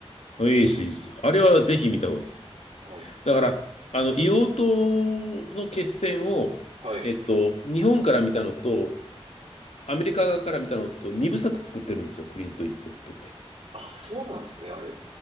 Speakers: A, on the left; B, on the right.
A: い。いいです、いいです。あれはぜひ見た方がいいです。
B: はい。
A: だから、あの、硫黄島の決戦を、
B: はい。
A: えっと、日本から見たのと、アメリカ側から見たのと、二部作作ってるんですよ、クリント・イーストウッドって。
B: あ、そうなんですね、あれ。